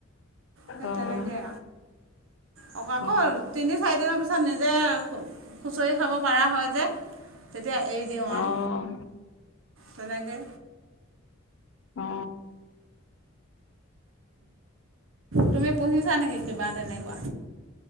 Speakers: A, on the right; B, on the left.
A: হেই
B: অহ
A: তেনেকেই আও আকৌ
B: অহ
A: তিনি চাৰিদিনৰ পিছত যে খুচৰি খাব পাৰা হয় যে তেতিয়া এৰি দিও আও
B: অহ
A: তেনেকে
B: অ
A: তুমি পুহিছা নেকি কিবা তেনেকোৱা।